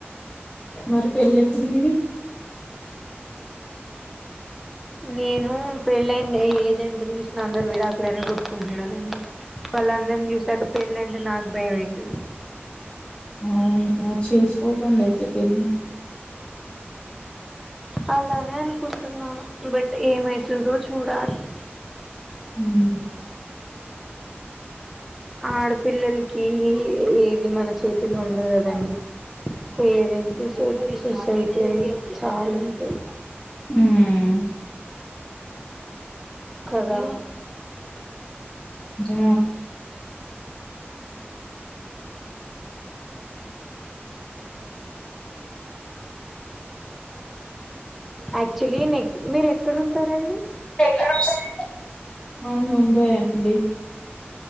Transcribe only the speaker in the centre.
నేను పెళ్ళైన్న ఏ జెంటని చూసిన అందరు విడాకులనే కొట్టుకుంటున్నరండి వాళ్ళందరిని చూసాక పెళ్ళంటే నాకు భయం అయితది
అలానే అనుకుంటున్నాను బట్ ఏమైతుందో చూడాలి
ఆడపిల్లలకి ఏది మన చేతు లుండదు గదండి పేరెంట్స్ సొ సొసైటీ అని చాలుంటయ్
కదా
యాక్చువల్లి నెక్ మీరు ఎక్కడుంటారండి